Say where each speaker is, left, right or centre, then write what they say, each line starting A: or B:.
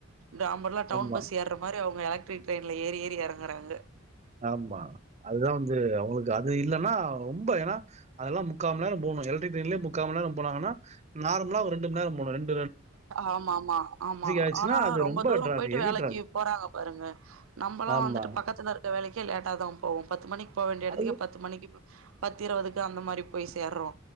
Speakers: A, on the right (about 85°); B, on the right (about 35°).
A: நாம்பர்லா டவுன்
B: ஆமா,
A: பஸ் ஏற மாரி அவுங்க எலக் ட்ரிக் ட்ரெயின்ல ஏறி ஏறி எறங்குறாங்க
B: ஆமா அதுதா வந்து அவுங்ளுக்கு அது இல்லன்னா ரொம்ப ஏனா அதெல்லா முக்காமந்நேரோ போனோ எலக்ட்ரிக் ட்ரெயின்லே முக்காமண்ணேரோ போனாங்கனா நார்மலா ஒரு ரெண்டு மண்ணேரோ போனு ரெண்
A: ஆமாமா ஆமா
B: ஆயிருச்சுன்னா,
A: ஆனா
B: அது
A: ரொம்ப தூரோ
B: டிராஃபிக்,
A: போயிட்டு
B: ஹெவி
A: வேலைக்கி
B: டிராஃபிக்.
A: போறாங்க பாருங்க நம்பலா
B: ஆமா.
A: வந்துட்டு பக்கத்துல இரு இந்த வேலைக்கே லேட்டா தா போவோ பத்து மணிக்கு போ வேண்டிய எடத்துக்கே
B: அது
A: பத்து மணிக்கி பத்து இருவதுக்கு அந்த மாரி போய் சேர்றோ